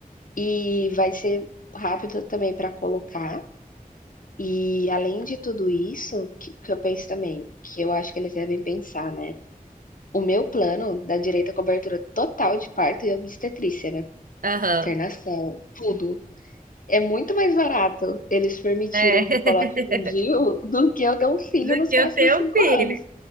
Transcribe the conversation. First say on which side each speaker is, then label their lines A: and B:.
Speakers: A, on the left (about 65°); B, on the right (about 70°).
A: e vai ser rápido também para colocar. E além de tudo isso, que que eu penso também, que eu acho que eles devem pensar, né, o meu plano dá direito à cobertura total de parto e obstetrícia, né,
B: Aham.
A: internação, tudo. É muito mais barato eles permitirem
B: É.
A: que
B: <laughs>
A: eu coloque em DIU do que eu ter um filho
B: Do
A: nos
B: que
A: próximos
B: o teu
A: 5
B: filho.
A: anos.